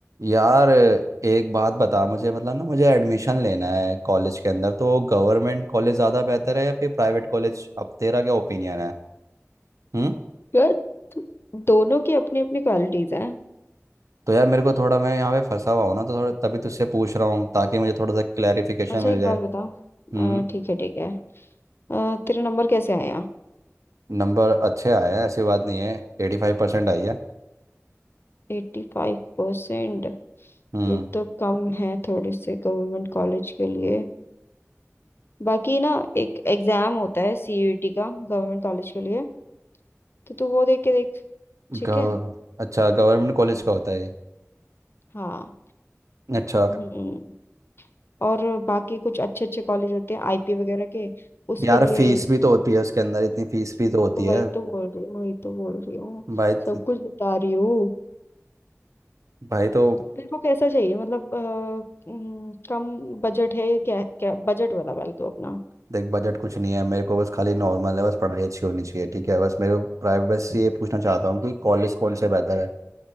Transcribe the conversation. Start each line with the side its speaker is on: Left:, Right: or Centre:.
Right: यार एक बात बता मुझे मतलब ना मुझे एडमिशन लेना है कॉलेज के अंदर तो गवर्नमेंट कॉलेज ज़्यादा बेहतर है या फिर प्राइवेट कॉलेज अब तेरा क्या ओपिनियन है हम्म
Left: यार दोनों की अपनी अपनी क्वालिटीज हैं
Right: तो यार मेरे को थोड़ा मैं यहाँ पे फंसा हुआ हूँ ना तो थोड़ा तभी तुझसे पूछ रहा हूँ ताकि मुझे थोड़ा सा क्लैरिफिकेशन
Left: अच्छा
Right: मिल
Left: एक
Right: जाए
Left: बात बता
Right: हम्म
Left: अ, ठीक है ठीक है अ, तेरा नंबर कैसे आया
Right: नंबर अच्छे आए हैं ऐसी बात नहीं है एटी फाइव परसेंट आई है
Left: एट्टी फाइव परसेंट
Right: हम्म
Left: ये तो कम है थोड़े से गवर्नमेंट कॉलेज के लिए बाकी ना एक एग्जाम होता है सीयूईटी का गवर्नमेंट कॉलेज के लिए तो तू वो देख के देख ठीक
Right: गव
Left: है
Right: अच्छा गवर्नमेंट कॉलेज का होता है ये।
Left: हाँ
Right: अच्छा
Left: हम्म और बाकी कुछ अच्छे अच्छे कॉलेज होते हैं आईपी वगैरह के उसके
Right: यार
Left: लिए
Right: फीस भी तो होती है उसके अंदर इतनी फीस भी तो होती
Left: तो वही
Right: है
Left: तो बोल रही हूँ वही तो बोल रही हूँ
Right: भाई तो
Left: सब कुछ बता रही हूँ
Right: भाई तो
Left: तेरे को कैसा चाहिए मतलब अ, हम्म, कम बजट है या क्या क्या बजट बता पहले तू अपना
Right: देख बजट कुछ नहीं है मेरे को बस खाली नॉर्मल है बस पढ़ाई अच्छी होनी चाहिए ठीक है बस मेरे को प्राइवेट से ये पूछना चाहता हूँ कि कॉलेज कौन से बेहतर है